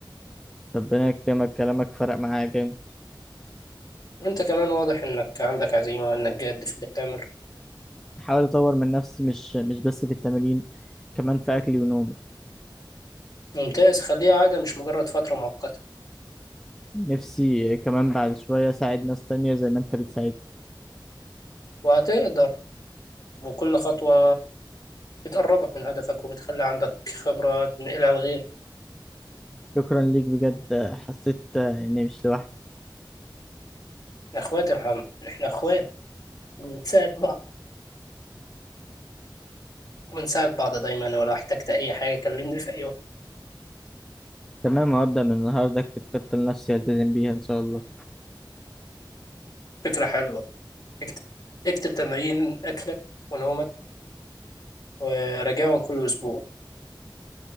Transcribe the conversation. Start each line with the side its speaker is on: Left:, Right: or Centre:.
Centre: ربنا يكرمك كلامك فرق معايا جامد
Left: وانت كمان واضح انك عندك عزيمة وانك جاد في اللي بتعمله
Centre: بحاول اطور من نفسي مش مش بس في التمرين كمان في اكلي ونومي
Left: ممتاز خليها عادة مش مجرد فترة مؤقتة
Centre: نفسي كمان بعد شوية أساعد ناس تانية زي ما أنت بتساعدني
Left: وهتقدر وكل خطوة بتقربك من هدفك وبتخلي عندك خبرة تنقلها لغيرك
Centre: شكرا ليك بجد حسيت إني مش لوحدي
Left: احنا اخوات يا محمد احنا اخوات وبنساعد بعض وبنساعد بعض دايما ولو احتجت اي حاجة كلمني في اي وقت
Centre: تمام هبدأ من النهاردة أكتب خطة لنفسي ألتزم بيها إن شاء الله
Left: فكرة حلوة اكتب اكتب تمارين اكلك ونومك وراجعهم كل اسبوع